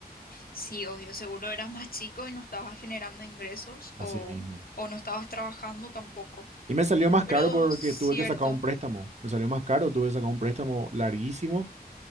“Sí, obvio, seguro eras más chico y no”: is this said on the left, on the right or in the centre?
Left